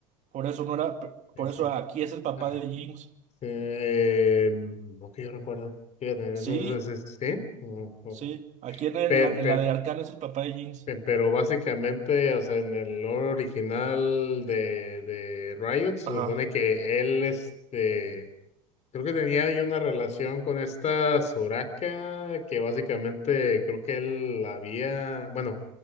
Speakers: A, on the right (about 45°); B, on the left (about 40°).
A: por eso no era,
B: Sí,
A: por
B: sí.
A: eso aquí es el papá
B: Ah,
A: de Jinx.
B: eh, no que yo recuerdo. Fíjate,
A: Sí.
B: eso es, es- sí. Ujú.
A: Sí, aquí en, el-
B: Pe-
A: en la,
B: pe-
A: en la de Arcana es el papá de Jinx.
B: pe- pero básicamente, o sea, en el lore original de, de Riot, se
A: Ajá.
B: supone que él, este. Creo que tenía ahí una relación con esta Soraka, que básicamente creo que él había, bueno,